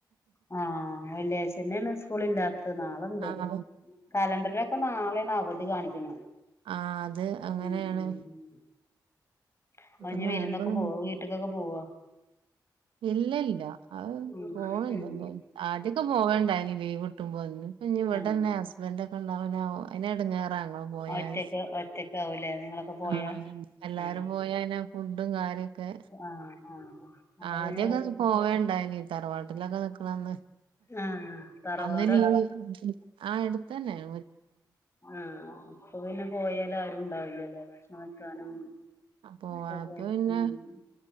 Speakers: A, on the left; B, on the right.
A: ആ വെള്ളിയാഴ്ച്ചന്നെയാണ് സ്കൂളില്ലാത് ത്ത് നാളൊണ്ട്
B: ആഹ്
A: കലണ്ടറിലൊക്കെ നാളെയാണ് അവധി കാണിക്കണെ.
B: ആ അത് അങ്ങനെയാണ്.
A: ഉം ഉം അപ്പൊ
B: അപ്പ
A: ഇനി
B: നോമ്പൊന്നും
A: വിരുന്നൊക്കെ പോവോ
B: <inaudible>
A: വീട്ടിക്കൊക്കെ പോവോ
B: ഇല്ലല്ല അത്
A: ഉം
B: പോണില്ലപ്പം
A: ഉം
B: ആദ്യോക്കെ പോകൽണ്ടായ്ന് ലീവ് കിട്ടുമ്പോ. ന്നിപ്പ ന്നിവടെന്നെ
A: ആഹ്
B: ഹസ്ബന്റൊക്കെ ന്നവനൊ അയ്നെടാങ്ങാറാണല്ലോ പോയാല്.
A: ഒറ്റക്ക് ഒറ്റക്കാവൂലേ നിങ്ങളൊക്കെ പോയാ
B: ആ എല്ലാരും
A: ആഹ്
B: പോയ അയ്നെ ഫുഡും കാര്യൊക്കെ
A: ആഹ് ആഹ് അപ്പൊ
B: ആദ്യക്കെ
A: പിന്നെ വീട്ട്
B: അത് പോവണ്ടായിന്. ട്ടിലൊക്കെ നിക്കന്നന്ന്
A: ആഹ് തറവാട്
B: അന്ന്ള്ളതായ്ക്കും ആ എടുക്കാനായി
A: ആ ഇപ്പ പിന്നെ പോയാലാരുണ്ടാവില്ലല്ലേ ഭക്ഷണം വെക്കാനും
B: അപ്പോക്
A: ഇതൊക്കെ
B: പിന്നെ
A: ഉം